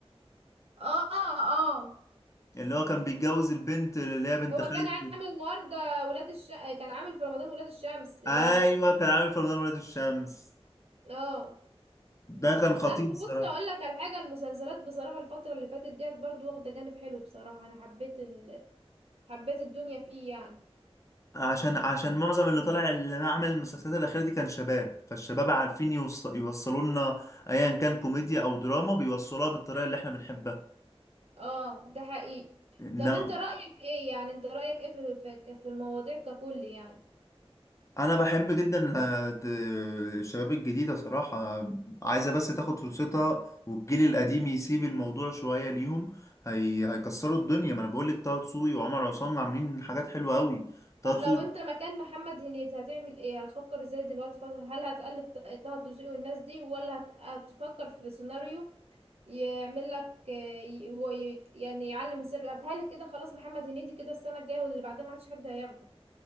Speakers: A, on the right; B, on the left.
A: اه اه
B: اللي هو كان بيتجوز البنت اللي هي بنت
A: هو
B: خالته
A: كان عامل النهارده ولاد الش كان عامل في رمضان ولاد الشمس ده
B: ايوه كان عامل فنان ولاد الشمس
A: اه
B: ده كان خطير
A: لا بصي
B: الصراحه
A: اقول لك على حاجه المسلسلات بصراحه الفتره اللي فاتت ديت برضو واخده جانب حلو بصراحه انا حبيت ال... حبيت الدنيا فيه يعني
B: عشان عشان معظم اللي طالع اللي عمل المسلسلات الاخيره دي كان شباب فالشباب عارفين يوص... يوصلوا لنا ايا كان كوميديا او دراما بيوصلوها بالطريقه اللي احنا بنحبها
A: اه ده حقيقي
B: انما
A: طب انت رايك ايه يعني انت رايك ايه في في في المواضيع ككل يعني
B: انا بحب جدا آه، د- الشباب الجديده صراحه عايزه بس تاخد فرصتها والجيل القديم يسيب الموضوع شويه ليهم هي... هيكسروا الدنيا ما انا بقول لك طه دسوقي وعمر عصام عاملين حاجات حلوه قوي طه
A: طب
B: دسوقي
A: لو انت مكان محمد هنيدي هتعمل ايه هتفكر ازاي دلوقتي فترة هل هتقلد طه الدسوقي والناس دي ولا هت... هتفكر في سيناريو يعمل لك آه، ي... وي- يعني يعلم السر بتهيألي كده خلاص محمد هنيدي كده السنه الجايه واللي بعدها ما عادش حد هياخده